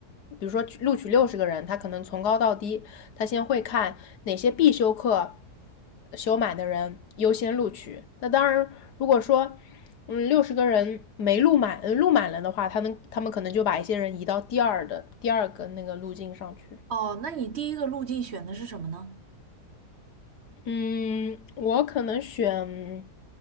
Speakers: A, on the left; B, on the right.
A: 比如说录取六十个人，他可能从高到低，他先会看哪些必修课修满的人优先录取。那当然，如果说嗯六十个人没录满，呃录满了的话，他们他们可能就把一些人移到第二的第二个那个路径上去。
B: 哦，那你第一个路径选的是什么呢？
A: 嗯，我可能选